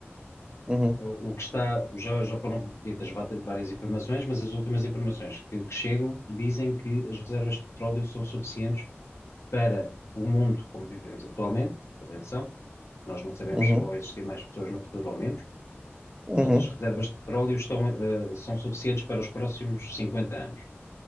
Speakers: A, on the right (about 20°); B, on the left (about 80°).
A: Uhum.
B: o o que está, já, já foram ditas vata- várias informações, mas as últimas informações que, que chegam dizem que as reservas de petróleo são suficientes para o mundo como vivemos atualmente, atenção, nós não sabemos
A: Uhum.
B: se vão existir mais pessoas no futuro ou menos,
A: Uhum.
B: Portanto, as reservas de petróleo estão, eh, são suficientes para os próximos 50 anos,